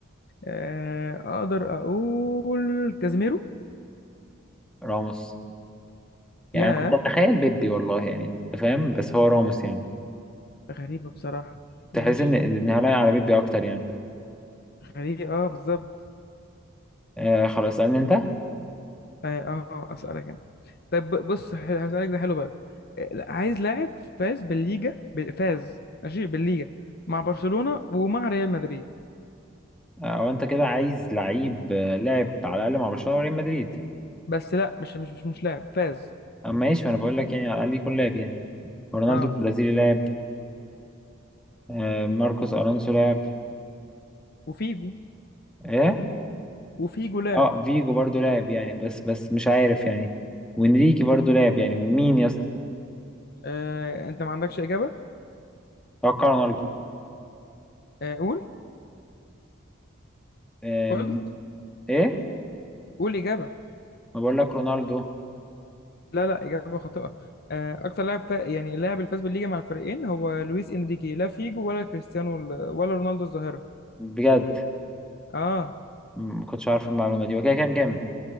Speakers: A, on the left; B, in the centre.
A: آه اقدر اقول كازيميرو
B: راموس يعني
A: يا
B: أنا كنت اتخيل بيبي والله يعني انت فاهم بس هو راموس يعني
A: غريبه بصراحه
B: تحس
A: ماشي
B: ان ان هلاقي على بيبي اكتر يعني
A: غريب اه بالظبط
B: آه خلاص اسالني انت آه،
A: اه آه، اسالك انا طيب ب- بص حلو هسالك ده حلو بقى آه، عايز لاعب فاز بالليجا بال- فاز ماشي بالليجا مع برشلونة ومع ريال مدريد
B: او انت كده عايز لعيب آه، لاعب على الاقل مع برشلونه وريال مدريد
A: بس لا مش مش مش, مش لاعب فاز
B: اما ماشي انا بقول لك يعني على الاقل يكون لاعب يعني رونالدو
A: اه
B: البرازيلي لاعب آه ماركوس الونسو لاعب
A: وفيجو
B: ايه
A: وفيجو لاعب
B: اه فيجو برضو لاعب يعني بس بس مش عارف يعني وانريكي برضو لاعب يعني مين يا اسطى
A: آه انت ما عندكش اجابة
B: اتوقع رونالدو
A: آه قول
B: آم،
A: قلت
B: ايه
A: قول اجابة
B: ما بقول لك رونالدو
A: لا لا اجابة خاطئة آه اكتر لاعب فا... يعني اللاعب اللي فاز بالليجا مع الفريقين هو لويس انريكي لا فيجو ولا كريستيانو ال- ولا رونالدو الظاهرة
B: بجد
A: اه
B: م- ما كنتش عارف المعلومه دي وكده كام كام